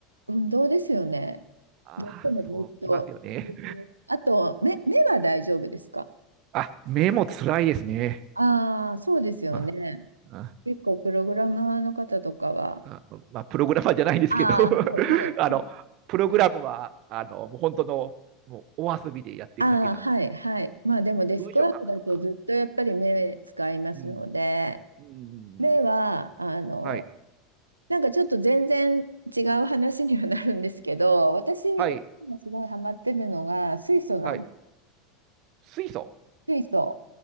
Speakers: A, on the right (about 80°); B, on the right (about 45°).
A: 運動ですよね。
B: ああー、
A: どうしてもずっと。
B: そうきますよね。
A: ずっとあと、目、目は大丈夫ですか
B: あ、目も辛いですね。
A: ああー、そうですよね。
B: まあ、
A: 結構、プログラマーの方とかは。
B: ああまあ、プログラマーじゃないんですけど
A: ああ、
B: <laughs>
A: はい、
B: あの、
A: はい。
B: プログラムは、あの、もう本当の、もうお遊びでやってるだけなんで、
A: ああ、はい、はい。まあでもデスクワークだとずっとやっぱり目使いますので、
B: 文章書くとか。うん、うん、
A: 目は、あの、
B: はい、
A: なんかちょっと全然違う話にはなるんですけど、私
B: はい、
A: 今すごいハマってるのが水素なん、
B: はい。水素
A: 水素。